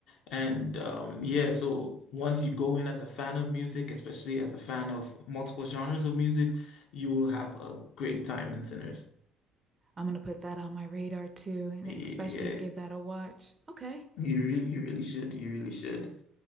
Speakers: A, on the left; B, on the right.
A: And um yeah, so once you go in as a fan of music, especially as a fan of multiple genres of music, you will have a great time in Sinners.
B: I'm gonna put that on my radar too, and
A: Yeah.
B: especially give that a watch. Okay.
A: You really, you really should. You really should.